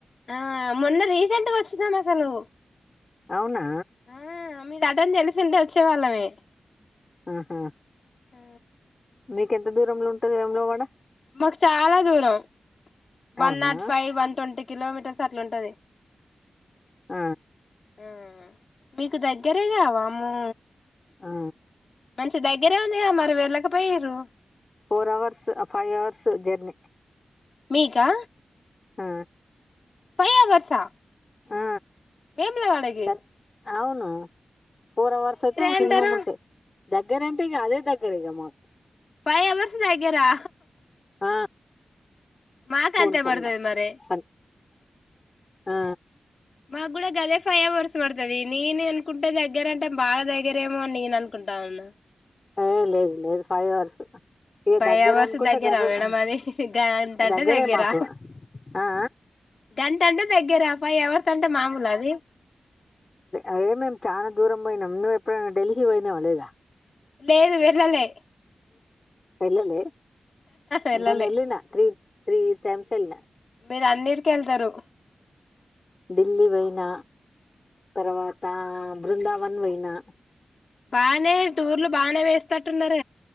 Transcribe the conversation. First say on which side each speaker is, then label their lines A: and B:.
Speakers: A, on the left (about 65°); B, on the left (about 40°).
A: ఆ మొన్న రీసెంట్గా వచ్చినాం అసలు
B: అవునా
A: ఆ మీది అద తెలుసు ఉంట వచ్చే వళ్ళమే
B: ఆహా
A: ఆ
B: మీకెంత దూరంలో ఉంటంది ఏ వాడ
A: మాకు చాలా దూరం వన్
B: అవునా
A: నాట్ ఫైవ్ వన్ట్వంటీ కిలోమీటర్స్ అట్లాంటది
B: ఆ
A: ఆ మీకు దగ్గరే కావాము
B: ఆ
A: మంచి దగ్గరే ఉంది మరువేళ్ళక పోయి ర
B: four hours five hours journey
A: మీకా
B: ఆ
A: ఫైవ్ అవర్సా
B: ఆ
A: వేమిల వాడకి
B: దగ్ అవును ఫోర్ అవర్స్ అయితే
A: అంటారు
B: మినిమమ్ ఉంటాయి దగ్గర అంటే ఇ అదే దగ్గర ఇగ మాకు
A: పై ఎమరిస్ జయిగ రా
B: ఆ
A: మాత
B: పోను
A: అంతే
B: పోను
A: బడుదది
B: మా
A: మరి
B: పని ఆ
A: మాకు కూడా గదే ఫైవ్ అవర్స్ పడుతుది నేను అనుకుంటే దగ్గర అంటే బాగా దగ్గరేమో అని నేను అనుకుంటా ఉను
B: ఏ లేదు లేదు ఫైవ్ అవర్స్ ఇక
A: ఫైవ్
B: దగ్గర
A: అవర్స్
B: అనుకుంటే
A: దగ్గరా
B: గబ
A: మేడ
B: ఉమ్
A: అది గంట అంటే
B: దగ్గరే
A: దగ్గరా
B: మాకు ఆ ఆ
A: గంట అంటే దగ్గరా ఫైవ్ అవర్స్ అంటే మామూలు అది
B: అ మేం చాలా దూరం పోయినాం నువ్్వ ఎప్పుడైనా ఢిల్లీ పోయినావ లేదా
A: లేదు వెళ్ళలే
B: వెళ్ళలే
A: వెళ్ళలే
B: నేను వెళ్ళిన త్రీ త్రీ టైమ్స్ వెళ్ళిన
A: మీరు అన్ని కిళ్తారు
B: ఢిల్లీ పోయిైన తర్వాత బృందావన్ వైనా
A: బాగానే టూర్లు బాగానే వేస్త తట్న్నార